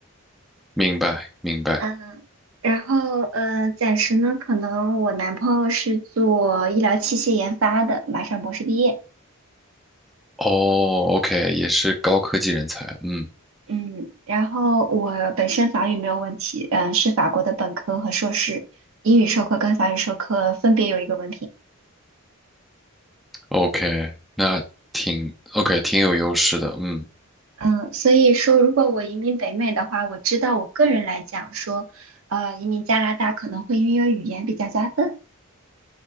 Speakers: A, in the centre; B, on the right.
A: 明白明白。
B: 嗯，然后呃，暂时呢，可能我男朋友是做医疗器械研发的，马上博士毕业。
A: 哦，OK，也是高科技人才，嗯
B: 嗯，然后我本身法语没有问题，嗯，是法国的本科和硕士，英语授课跟法语授课分别有一个文凭，
A: ，OK，那挺 OK，挺有优势的，嗯，
B: 嗯，所以说如果我移民北美的话，我知道我个人来讲说，呃，移民加拿大可能会因为语言比较加分，